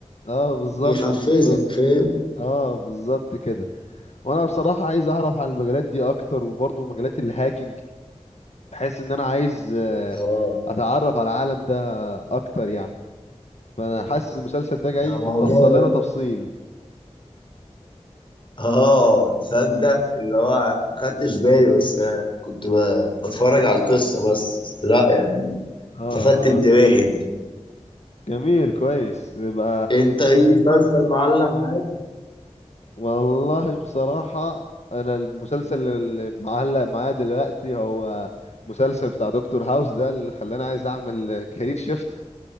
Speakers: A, on the left (about 65°); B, on the left (about 45°).
A: اه بالظبط
B: يحفزك
A: بالظبط
B: فاهم
A: اه بالظبط كده وانا بصراحة عايز اعرف عن المجالات دي اكتر وبرضو مجالات الهاكينج بحس ان انا عايز آه،
B: اه
A: اتعرف على العالم ده اكتر يعني فانا حاسس المسلسل ده جاي
B: ده موضوع
A: متفصل لنا تفصيل
B: اه تصدق اللي هو ما خدتش بالي بس كنت ب- بتفرج على القصة بس بس لا يعني
A: اه
B: لفت انتباهي
A: اه جميل كويس يبقى
B: انت ايه مسلسل معلم معاك
A: والله بصراحة انا المسلسل اللي معلق معايا دلوقتي هو مسلسل بتاع دكتور هاوس ده اللي خلاني عايز اعمل كارير شيفت